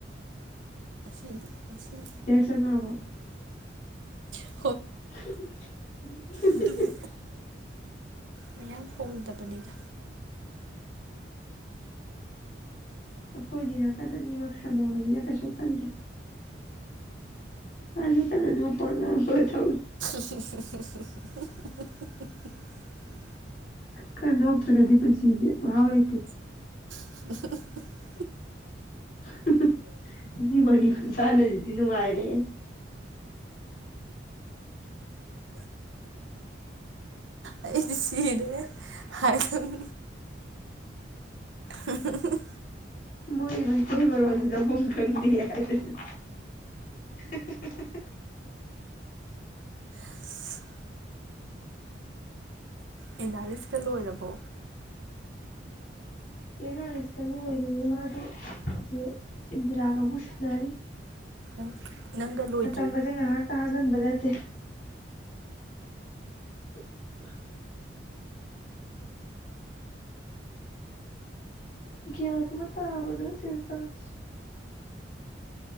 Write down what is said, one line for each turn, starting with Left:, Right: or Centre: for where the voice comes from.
Right: ꯎꯝ
Left: ꯆꯪꯉꯛꯑꯕꯣ <inaudible>
Right: ꯑ ꯑꯗꯨꯕꯨ ꯃꯌꯥꯝ ꯍꯣꯡꯗꯕꯅꯤꯗ
Left: ꯑꯩꯈꯣꯏꯗꯤꯅꯀꯛꯇꯅꯤꯃꯛ ꯊꯅꯤꯅ ꯀꯩꯁꯨꯣ ꯑꯗꯨꯗ ꯀ ꯑꯗꯨ ꯑꯗꯨ
Right: <inaudible>
Left: ꯈꯔ ꯅꯣꯛꯇꯔꯒꯗꯤ ꯄꯨꯟꯁꯤꯖꯦ ꯃꯍꯥꯎ ꯂꯩꯇꯦ
Right: <inaudible>
Left: ꯍꯥ ꯍꯥ ꯃꯁꯤ ꯋꯥꯔꯤ ꯈꯨꯟꯁꯥꯟꯅꯖꯤꯗꯤ ꯅꯨꯡꯉꯥꯏꯔꯦ
Right: ꯑꯩꯗꯤ ꯁꯤꯔꯦ ꯍꯥꯏꯗꯪ ꯑꯍꯥ ꯍꯥ ꯍꯥ
Left: ꯃꯣꯏ ꯃꯩꯇꯩ ꯃꯔꯣꯟꯖꯤꯗꯤ ꯂꯧꯕꯝ ꯈꯪꯗꯦ ꯍꯥꯏꯗꯣꯏꯅꯤ ꯍꯤ ꯍꯤ ꯍꯤ ꯍꯤ
Right: ꯑꯦꯅꯥꯂꯤꯁꯀ ꯑꯦꯅꯥꯂꯤꯁꯀ ꯂꯣꯏꯔꯕꯣ
Left: ꯆꯦ ꯅꯥꯔꯤꯁꯀꯗꯤ ꯂꯣꯏꯒꯔ꯭ꯦ ꯃꯥꯗꯤ ꯆꯦ ꯏꯟꯗꯤꯔꯥ ꯃꯨꯛ ꯁꯥꯅꯔꯤ
Right: ꯅꯪ ꯅꯪꯒ ꯂꯣꯏꯗ꯭ꯔꯤ
Left: ꯃꯇꯝꯒꯖꯦ ꯉꯥꯍꯥꯛꯇ ꯍꯥꯡꯍꯟꯕ ꯅꯠꯇꯦ <inaudible> ꯒꯌ꯭ꯥꯟ ꯒ ꯃ ꯇꯥꯕ ꯅꯠꯇꯦ ꯇꯧꯔꯤꯖꯦ